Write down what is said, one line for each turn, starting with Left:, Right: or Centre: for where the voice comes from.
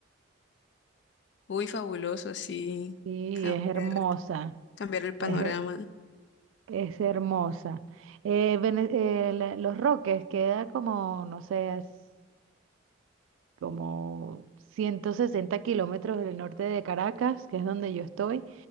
Left: uy, fabuloso, sí.
Right: Sí,
Left: Cambiar,
Right: es hermosa.
Left: cambiar el panorama.
Right: Es, her- es hermosa. Eh, Vene- eh, la- Los Roques queda como, no sé, es como 160 kilómetros del norte de Caracas, que es donde yo estoy.